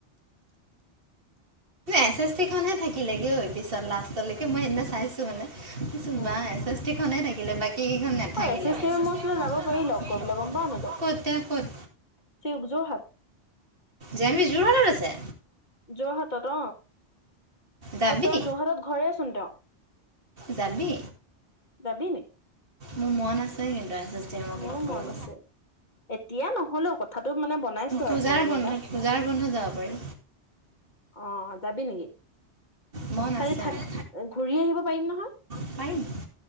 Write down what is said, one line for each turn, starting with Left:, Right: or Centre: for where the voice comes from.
Right: এছ এছ টি খনহে থাকিলেগে পিছত লা লাষ্টলৈকে মই সেইদিনা চাইছোঁ মানে <inaudible>
Left: উম
Right: বা! এছ এছ টি খনহে থাকিলে বাকী কেইখন নে থাকিলে
Left: অ এছ এছ
Right: <unintelligible>
Left: টি এমৰ ওচৰলৈ যাব পাৰি লগ কৰিবলৈ গম পাৱ নাই <unintelligible> যোৰহাট।
Right: জানবী যোৰহাটত আছে।
Left: যোৰহাটত
Right: যাবি
Left: অ' তই যোৰহাটত ঘৰে চোন তেওঁ
Right: যাবি।
Left: যাবি নি।
Right: মোৰ মন আছে কিন্তু এছ এছ টি এমক
Left: মোৰ
Right: লগ
Left: মন
Right: কৰিব
Left: আছে, এতিয়া নহ'লেও কথ কথাটো মানে বনাইছোঁ
Right: পূজাৰ
Left: আৰু প্লেনিং
Right: বন্ধত
Left: এটা।
Right: পূজাৰ বন্ধত যাব পাৰি
Left: অ' যাবি নেকি।
Right: মন আছে
Left: কালি থাক
Right: মোৰ
Left: ঘূৰি আহিব পাৰিম নহয়।
Right: পাৰিম।